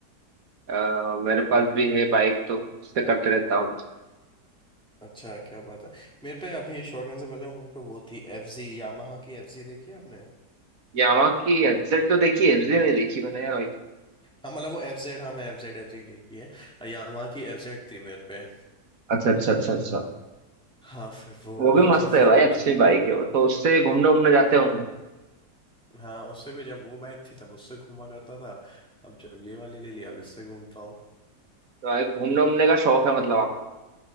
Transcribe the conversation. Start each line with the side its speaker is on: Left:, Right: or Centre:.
Right: अ, मेरे
Centre: हम्म।
Right: पास भी है बाइक तो उससे करते रहता हूँ
Centre: अच्छा क्या बात है मेरे पे अभी शॉटगन से पहले मेरे पे वो थी एफ जी यामाहा की एफ जी देखी है आपने
Right: यामा की एफजेड तो देखी एफजेड नहीं देखी मैंने यार भाई
Centre: हाँ मतलब वो एफ जेड हाँ मैं एफ जेड एफ जी देखी है यामाहा की एफ जेड थी मेरे पे
Right: अच्छा अच्छा अच्छा अच्छा
Centre: हाँ फिर वो
Right: वो भी
Centre: बेची
Right: मस्त है
Centre: फिर
Right: भाई
Centre: अब
Right: अच्छी
Centre: जा-
Right: बाइक है वो तो उससे घूमने उमने जाते होंगे
Centre: हाँ उससे भी जब वो बाइक थी तब उससे घूमा करता था अब जब ये वाली ले लिया अब इससे घूमता हूँ
Right: तो भाई घूमने उमने का शौक है मतलब आपको